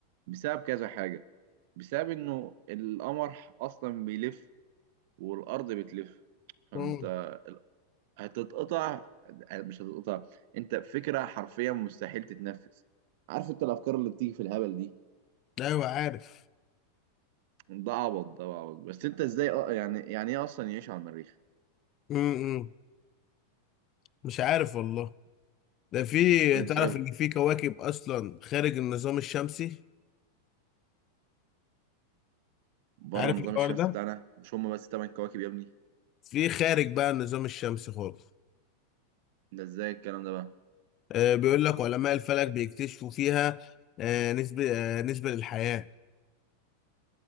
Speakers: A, on the right; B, on the left.
A: بسبب كذا حاجة بسبب انه القمر اصلا بيلف والارض بتلف فانت
B: امم
A: هتتقطع آه، مش هتتقطع انت فكره حرفيا مستحيل تتنفذ عارف انت الافكار اللي بتيجي في الهبل دي
B: ايوه عارف
A: ده عبط ده عبط بس انت ازاي اه يعني يعني ايه اصلا يعيش على المريخ
B: امم مش عارف والله ده في
A: انت
B: تعرف ان في كواكب اصلا خارج النظام الشمسي
A: بره
B: عارف
A: النظام
B: الحوار
A: الشمسي
B: ده
A: بتاعنا مش هم بس تمن كواكب يا ابني
B: في خارج بقى النظام الشمسي خالص
A: ده ازاي الكلام ده بقى
B: آه بيقول لك علماء الفلك بيكتشفوا فيها آه نسبة آه نسبة للحياة